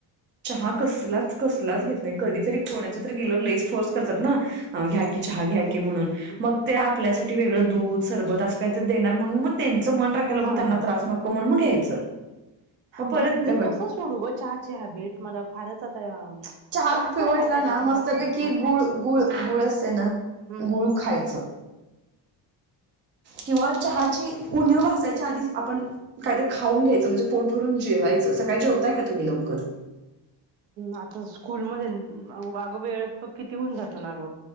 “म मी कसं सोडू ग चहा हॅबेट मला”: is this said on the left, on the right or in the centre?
Right